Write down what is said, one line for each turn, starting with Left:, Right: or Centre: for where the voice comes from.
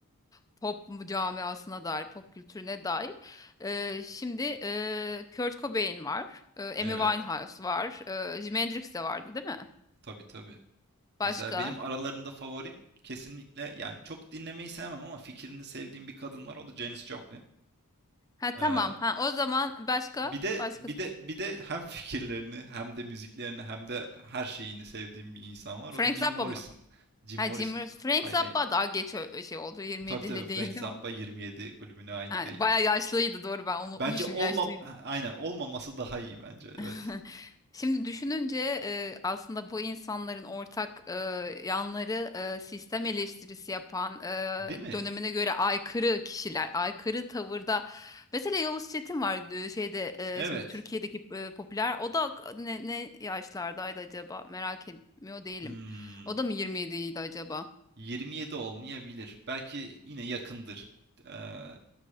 Left: e, pop camiasına dair, pop kültürüne dair. E, şimdi e, Kurt Cobain var, e, Amy
Right: Evet.
Left: Winehouse var, e, Jimi Hendrix de vardı değil mi?
Right: Tabii tabii.
Left: Başka?
Right: Mesela benim aralarında favorim kesinlikle yani çok dinlemeyi sevmem ama fikrini sevdiğim bir kadın var. O da Janis Joplin.
Left: Ha
Right: Ee,
Left: tamam. Ha o zaman başka?
Right: bir de
Left: Başka?
Right: bir de bir de hem <laughs> fikirlerini hem de müziklerini hem de her şeyini sevdiğim bir insan var.
Left: Frank
Right: O da Jim
Left: Zappa
Right: Morrison.
Left: mı?
Right: Jim
Left: Ha,
Right: Morrison.
Left: Jim Ross.
Right: ah,
Left: Frank
Right: Hayır
Left: Zappa
Right: hayır.
Left: daha geç ö- şey oldu. 27'li
Right: Tabii tabii Frank
Left: değil
Right: Zappa
Left: değil mi?
Right: 27 kulübüne ait
Left: Ha,
Right: değil.
Left: bayağı yaşlıydı doğru ben unutmuşum
Right: Bence olmam
Left: yaşlıydı.
Right: aynen olmaması daha iyi bence. Evet.
Left: <laughs> Şimdi düşününce e, aslında bu insanların ortak e, yanları e, sistem eleştirisi yapan e,
Right: Değil mi?
Left: dönemine göre aykırı kişiler, aykırı tavırda. Mesela Yavuz Çetin var e, şeyde e,
Right: Evet.
Left: şimdi Türkiye'deki e, popüler. O da ne, ne yaşlardaydı acaba? Merak etmiyor değilim.
Right: Hmm.
Left: O da mı 27'ydi acaba?
Right: 27 olmayabilir. Belki yine yakındır. Ee,